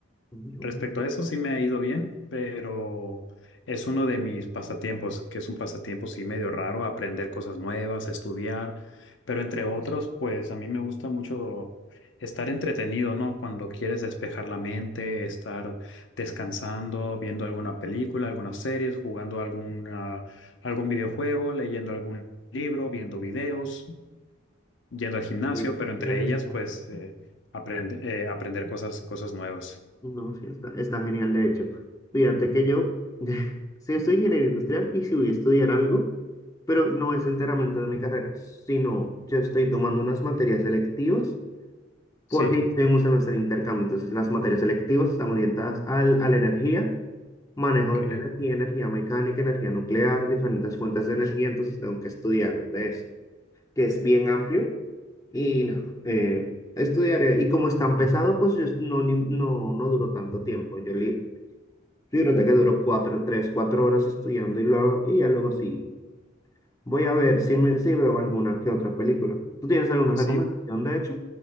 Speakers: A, on the left (about 20°); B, on the left (about 65°).
A: Ujú.
B: Respecto a eso, sí me ha ido bien, pero es uno de mis pasatiempos, que es un pasatiempo sí medio raro, aprender cosas nuevas, estudiar, pero entre otros, pues a mí me gusta mucho estar entretenido, ¿no? Cuando quieres despejar la mente, estar descansando, viendo alguna película, algunas series, jugando algún, ah, algún videojuego, leyendo algún libro, viendo videos, yendo al gimnasio,
A: Sí, o
B: pero entre
A: sea, de
B: ellas,
A: estar-
B: pues eh, aprende- eh, aprender cosas, cosas nuevas.
A: No, sí, está, está genial, de hecho. Fíjate que yo, <laughs> sí, soy ingeniero industrial y sí voy a estudiar algo, pero no es enteramente de mi carrera, sino yo estoy tomando unas materias selectivas porque
B: Sí.
A: yo estoy en un semestre de intercambio, entonces las materias selectivas están orientadas al, a la energía, manejo
B: Ok,
A: de la energía, energía mecánica, energía nuclear, diferentes fuentes de energía, entonces tengo que estudiar de eso. que es bien amplio. Y no, eh, estudiaré. Y como es tan pesado, pues yo no, ni- no, no duró tanto tiempo. Yo li- fíjate que duró cuatro, tres, cuatro horas estudiando y, luego, y ya luego sí. Voy a ver si, me, si veo alguna que otra película. ¿Tú tienes alguna
B: sí,
A: recomendación, de hecho?